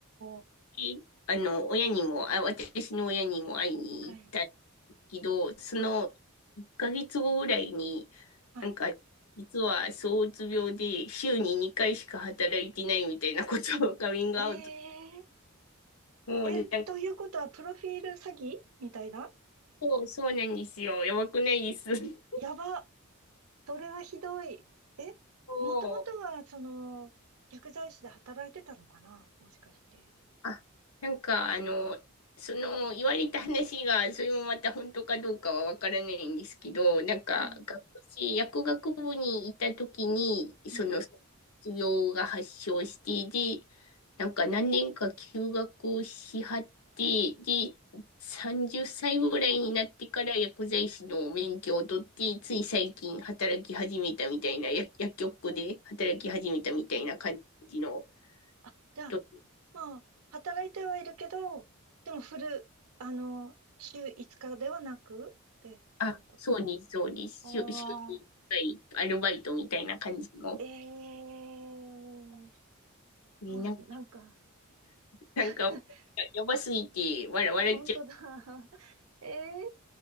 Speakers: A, on the right; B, on the left.
A: ー。
B: で、あの、親にも、あ、私の親にも会いに行ったんですけど、
A: はい。
B: その1ヶ月後ぐらいに、
A: あ、はい。
B: なんか、実は躁うつ病で週に2回しか働いてないみたいなことをカミングアウト。
A: ええ。
B: もうね、
A: え、
B: なんか、
A: ということは、プロフィール詐欺みたいな
B: そう、そうなんですよ。やばくないです。<laughs>
A: やば。それはひどい。え、
B: そう
A: もともとは、その、薬剤師で働いてたのかなもしかして。
B: あ、なんか、あの、その、言われた話が、それもまた本当かどうかはわからないんですけど、なんか、
A: うん
B: 学士、薬学部にいた時に、
A: うん。
B: その、卒業が発症して、で、なんか何年か休学をしはって、で、30歳ぐらいになってから薬剤師の免許を取って、つい最近働き始めたみたいな、薬、薬局で働き始めたみたいな感じの
A: うんあ、じゃあ、
B: 人
A: まあ、働いてはいるけど、でもフル、あの、週5日ではなくっていうこと。
B: あ、そうに、そうに、週、
A: ああ、
B: 週にいっかいアルバイトみたいな感じの。
A: ええ
B: ね、
A: そう、
B: なんか、
A: なんか、
B: なんか、
A: <laughs>
B: やばすぎて、わら、笑っちゃ
A: 本当だ。<laughs> ええ